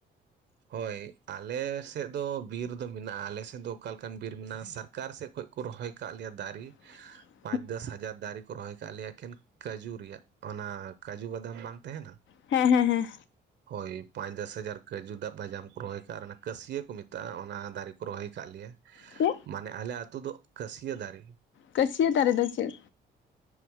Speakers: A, on the right (about 60°); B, on the left (about 70°).
A: ᱦᱳᱭ ᱟᱞᱮ ᱥᱮᱫ ᱫᱚ ᱵᱤᱨ ᱫᱚ ᱢᱮᱱᱟᱜᱼᱟ, ᱟᱞᱮ ᱥᱮᱫ ᱫᱚ ᱚᱠᱟ ᱞᱮᱠᱟᱱ ᱵᱤᱨ ᱢᱮᱱᱟᱜᱼᱟ ᱥᱟᱨ ᱠᱟᱨ ᱥᱮᱫ ᱠᱷᱚᱡ ᱠᱚ ᱨᱚᱦᱚᱭ ᱟᱠᱟᱫ ᱞᱮᱭᱟ ᱫᱟᱨᱮ,
B: <inaudible>
A: ᱯᱟᱸᱪ ᱫᱚᱥ ᱦᱟᱡᱟᱨ ᱫᱟᱨᱮ ᱠᱚ ᱨᱚᱦᱚᱭ ᱟᱠᱟᱜ ᱞᱮᱭᱟ ᱮᱠᱷᱮᱱ ᱠᱟᱹᱡᱩ ᱨᱮᱭᱟᱜ ᱚᱱᱟ ᱠᱟᱹᱡᱩ ᱵᱟᱫᱟᱢ ᱵᱟᱝ ᱛᱟᱸᱦᱮᱱᱟ?
B: ᱦᱮᱸ ᱦᱮᱸ ᱦᱮᱸ᱾
A: ᱦᱳᱭ ᱯᱟᱸᱪ ᱫᱚᱥ ᱦᱟᱡᱟᱨ ᱠᱟᱡᱩ ᱫᱟ ᱵᱟᱡᱟᱢ ᱠᱚ ᱨᱚᱦᱚᱭ ᱟᱠᱟᱜᱼᱟ ᱚᱱᱟ ᱠᱟᱹᱥᱭᱟᱹ ᱠᱚ ᱢᱮᱛᱟᱜᱼᱟ, ᱚᱱᱟ ᱫᱟᱨᱮ ᱠᱚ ᱨᱚᱦᱚᱭ ᱟᱠᱟᱜ ᱞᱮᱭᱟ᱾
B: ᱪᱮᱫ
A: ᱢᱟᱱᱮ ᱟᱞᱮ ᱟᱛᱩ ᱫᱚ ᱠᱟᱹᱥᱭᱟᱹ ᱫᱟᱨᱮ
B: ᱠᱟᱹᱥᱭᱟᱹ ᱫᱟᱨᱮ ᱫᱚ ᱪᱮᱫ?